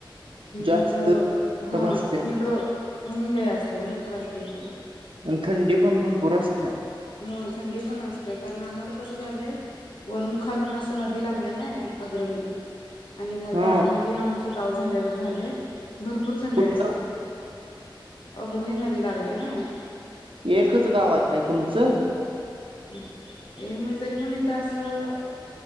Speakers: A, on the right; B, on the left.
A: जास्त
B: इकड हा
A: भासत्या
B: इकडं ऊन लय असते. भरपूर असते इकडं.
A: आणि थंडी पण भरपूर असत्या.
B: हा थंडी पण असते. कारण आम्हाला कसं झालंय वरून खालून असं नदी लागल्या नाही. अग्रणी आणि मला
A: ह
B: मधी आमचं गाव झाल्यावर झालंय भरपूर थंडी
A: कुठलं
B: असत्या. अग्रणी नदी लागले नाही.
A: एकच गाव आहे काय तुमचं?
B: एक म्हणजे तरी पण इथ असं.